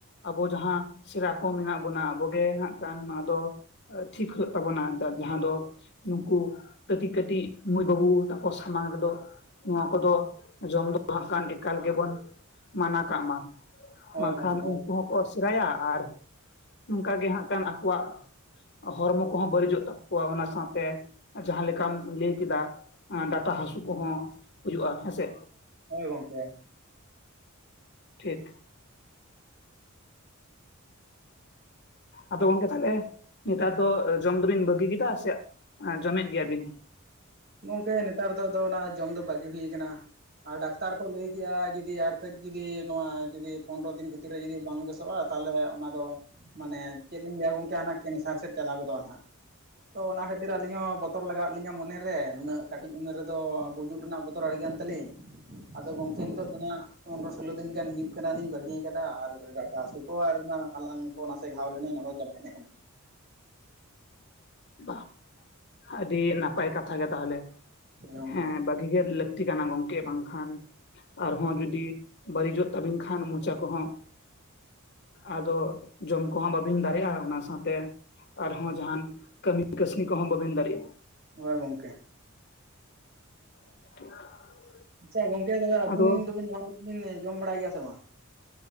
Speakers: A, on the left; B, on the right.
A: ᱟᱵᱚ ᱡᱟᱦᱟᱸ ᱥᱮᱨᱟ ᱠᱚ ᱢᱮᱱᱟᱜ ᱵᱚᱱᱟ᱾ ᱟᱵᱚ ᱜᱮ ᱦᱟᱸᱜ ᱠᱷᱟᱱ ᱟᱫᱚ ᱴᱷᱤᱠ ᱦᱩᱭᱩᱜ ᱛᱟᱵᱚᱱᱟ ᱟᱫᱚ ᱡᱟᱦᱟᱸ ᱫᱚ ᱱᱩᱠᱩ ᱠᱟᱹᱴᱤᱡ ᱠᱟᱹᱴᱤᱡ ᱢᱟᱹᱭ ᱵᱟᱹᱵᱩ ᱛᱟᱠᱚ ᱥᱟᱢᱟᱝ ᱨᱮᱫᱚ ᱱᱚᱣᱟ ᱠᱚᱫᱚ ᱡᱚᱢ ᱫᱚ ᱦᱟᱸᱜ ᱠᱷᱟᱱ ᱮᱠᱟᱞ ᱜᱮᱵᱚᱱ ᱢᱟᱱᱟ ᱠᱟᱜ ᱢᱟ᱾
B: ᱦᱳᱭ
A: ᱵᱟᱝᱠᱷᱟᱱ
B: ᱜᱚᱝᱠᱮ
A: ᱩᱱᱠᱩ ᱦᱚᱸᱠᱚ ᱥᱮᱨᱟᱭᱟ, ᱟᱨ ᱚᱱᱠᱟ ᱜᱮ ᱦᱟᱸᱜ ᱠᱷᱟᱱ ᱟᱠᱚᱣᱟᱜ ᱦᱚᱲᱢᱚ ᱠᱚᱦᱚᱸ ᱵᱟᱹᱲᱤᱡᱚᱜ ᱛᱟᱠᱚᱣᱟ᱾ ᱚᱱᱟ ᱥᱟᱶᱛᱮ ᱡᱟᱦᱟᱸ ᱞᱮᱠᱟᱢ ᱞᱟᱹᱭ ᱠᱮᱫᱟ ᱰᱟᱴᱟ ᱦᱟᱹᱥᱩ ᱠᱚᱦᱚᱸ ᱦᱩᱭᱩᱜ-ᱟ ᱦᱮᱸᱥᱮ᱾
B: ᱦᱳᱭ ᱜᱚᱝᱠᱮ,
A: ᱴᱷᱤᱠ, ᱟᱫᱚ ᱜᱚᱝᱠᱮ ᱛᱟᱦᱚᱞᱮ ᱱᱮᱛᱟᱨ ᱫᱚ ᱡᱚᱢ ᱫᱚᱵᱤᱱ ᱵᱟᱹᱜᱤ ᱠᱮᱫᱟ ᱥᱮ ᱡᱚᱢᱮᱫ ᱜᱮᱭᱟᱵᱤᱱ?
B: ᱜᱚᱝᱠᱮ ᱱᱮᱛᱟᱨ ᱫᱚ ᱟᱫᱚ ᱚᱱᱟ ᱡᱚᱢ ᱫᱚ ᱵᱟᱹᱜᱤ ᱦᱩᱭ ᱠᱟᱱᱟ᱾ ᱟᱨ ᱰᱟᱠᱛᱟᱨ ᱠᱚ ᱞᱟᱹᱭ ᱠᱮᱜ-ᱟ ᱡᱩᱫᱤ ᱟᱨ ᱠᱟᱹᱡ ᱡᱩᱫᱤ ᱱᱚᱣᱟ ᱡᱩᱫᱤ ᱯᱚᱱᱨᱚ ᱫᱤᱱ ᱵᱷᱤᱛᱨᱤ ᱨᱮ ᱡᱩᱫᱤ ᱵᱟᱝ ᱵᱮᱥ- ᱦᱳᱭᱳᱜ-ᱟ ᱛᱟᱦᱚᱞᱮ ᱚᱱᱟ ᱫᱚ ᱢᱟᱱᱮ ᱪᱮᱫ ᱞᱤᱧ ᱞᱟᱹᱭᱟ ᱜᱚᱝᱠᱮ ᱦᱟᱱᱟ ᱠᱮᱱᱥᱟᱨ ᱥᱮᱫ ᱪᱟᱞᱟᱣ ᱜᱚᱫᱚᱜ-ᱟ ᱦᱟᱸᱜ᱾ ᱛᱚ ᱚᱱᱟ ᱠᱷᱟᱹᱛᱤᱨ ᱟᱹᱞᱤᱧ ᱦᱚᱸ ᱵᱚᱛᱚᱨ ᱞᱟᱜᱟᱣ ᱟᱜ ᱞᱤᱧᱟᱹ ᱢᱚᱱᱮ ᱨᱮ᱾ ᱱᱩᱱᱟᱹᱜ ᱠᱟᱹᱴᱤᱡ ᱩᱢᱮᱨ ᱨᱮᱫᱚ ᱜᱩᱡᱩᱜ ᱨᱮᱱᱟᱜ ᱵᱚᱫᱚᱨ ᱟᱹᱰᱤᱜᱟᱱ ᱛᱟᱹᱞᱤᱧ ᱟᱫᱚ ᱜᱚᱝᱠᱮ ᱱᱤᱛᱚᱜ ᱫᱚ ᱱᱟᱜ ᱯᱚᱱᱨᱚ, ᱥᱳᱞᱳ ᱫᱤᱱᱟᱱ ᱜᱟᱱ ᱦᱩᱭᱩᱜ ᱠᱟᱱᱟ ᱞᱤᱧ ᱵᱟᱹᱜᱤ ᱠᱮᱫ ᱟᱨ ᱰᱟᱴᱟ ᱦᱟᱹᱥᱩ ᱠᱚ ᱟᱨ ᱚᱱᱟ ᱟᱞᱟᱝ ᱠᱚ ᱱᱟᱥᱮ ᱜᱷᱟᱣ ᱞᱮᱱᱟ ᱚᱱᱟ ᱠᱚ ᱪᱟᱵᱟ ᱦᱮᱡ ᱟᱠᱟᱱᱟ᱾
A: ᱵᱟᱦ ᱟᱹᱰᱤ ᱱᱟᱯᱟᱭ ᱠᱟᱛᱷᱟ ᱜᱮ ᱛᱟᱦᱚᱞᱮ
B: ᱜᱚᱝᱠᱮ
A: ᱦᱮᱸ ᱵᱟ ᱩᱭᱦᱟ. ᱨ ᱞᱟᱹᱠᱛᱤ ᱠᱟᱱᱟ ᱜᱚᱝᱠᱮ ᱵᱟᱝᱠᱷᱟᱱ ᱟᱨᱦᱚᱸ ᱡᱩᱫᱤ ᱵᱟᱹᱲᱤᱡᱚᱜ ᱛᱟᱵᱤᱱ ᱠᱷᱟᱱ ᱢᱚᱪᱟ ᱠᱚᱦᱚᱸ ᱟᱫᱚ ᱡᱚᱢ ᱠᱚᱦᱚᱸ ᱵᱟᱹᱵᱤᱱ ᱫᱟᱨᱮᱜᱼᱟ ᱚᱱᱟ ᱥᱟᱶᱛᱮ ᱟᱨᱦᱚᱸ ᱡᱟᱦᱟᱱ ᱠᱟᱹᱢᱤ ᱠᱟᱹᱥᱱᱤ ᱠᱚᱦᱚᱸ ᱵᱟᱵᱤᱱ ᱫᱟᱨᱮᱜᱼᱟ᱾
B: ᱦᱜᱭ ᱜᱚᱝᱠᱮ᱾
A: <unintelligible>
B: ᱟᱪᱪᱷᱟ ᱜᱚᱝᱠᱮ ᱟᱹᱵᱤᱱ ᱫᱚᱵᱤᱱ
A: ᱟᱫᱚ
B: ᱫᱩᱵᱤᱱ ᱱᱚᱣᱟ ᱠᱚ ᱵᱤᱱ ᱡᱚᱢ ᱵᱟᱲᱟᱭ ᱜᱮᱭᱟ ᱥᱮ ᱵᱟᱝ?